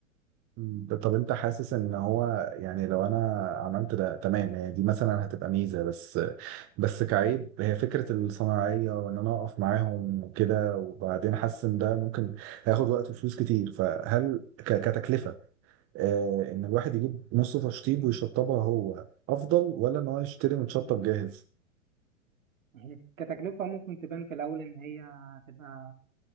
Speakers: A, on the right (about 35°); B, on the right (about 75°).
A: ب- طب انت حاسس ان هو يعني لو انا عملت ده تمام هي دي مثلا هتبقى ميزة بس بس كعيب هي فكرة الصناعية وان انا اقف معاهم وكده وبعدين حاسس ان ده ممكن هياخد وقت وفلوس كتير فهل ك- كتكلفة آه، ان الواحد يجيب نص تشطيب ويشطبها هو افضل ولا ان هو يشتري متشطب جاهز
B: هي كتكلفة ممكن تبان في الأول إن هي تبقى